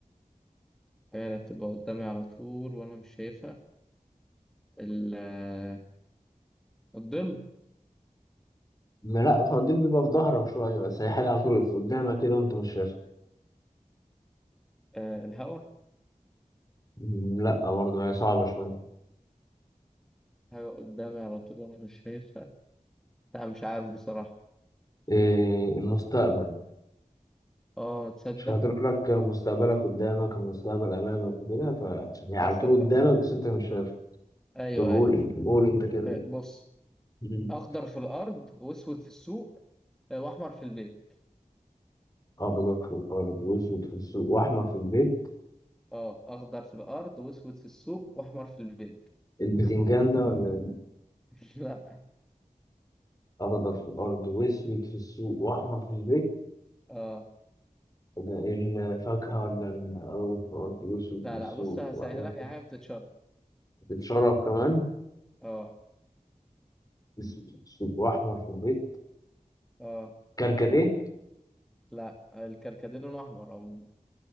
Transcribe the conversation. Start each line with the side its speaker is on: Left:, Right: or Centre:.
Centre: هي اللي بتبقى قدامي على طول وانا مش شايفها ال- آه، الظل
Left: ما لا الخناديل بيبقى في ظهرك شوية بس هي حاجة على طول في قدامك كده وأنت مش شايفها
Centre: آه، الهوا
Left: مم، لا برضه هي صعبة شوية
Centre: حاجة قدامي على طول وانا مش شايفها لا مش عارف بصراحة
Left: إيه المستقبل
Centre: اه تصدق
Left: مش هتقول لك مستقبلك قدامك المستقبل أمامك وكده فهي على
Centre: حصل
Left: طول
Centre: اه
Left: قدامك بس أنت مش شايفها
Centre: ايوه
Left: طب قول
Centre: ايوه
Left: قول أنت كده
Centre: آه، بص
Left: مم.
Centre: اخضر في الارض واسود في السوق آه، واحمر في البيت
Left: أخضر في الأرض وأسود في السوق وأحمر في البيت
Centre: اه اخضر في الارض واسود في السوق واحمر في البيت
Left: البتنجان ده ولا إيه؟
Centre: <laughs> لا
Left: أخضر في الأرض وأسود في السوق وأحمر في البيت
Centre: اه
Left: ده إيه الفاكهة ولا الأرض في الأرض وأسود
Centre: لا
Left: في السوق
Centre: لا بص هسهل
Left: وأحمر
Centre: لك
Left: في البيت؟
Centre: حاجه بتتشرب
Left: بتشرب كمان
Centre: اه
Left: اسود أسود واحمر في البيت
Centre: اه
Left: كركديه
Centre: لا الكركديه لونه احمر عموما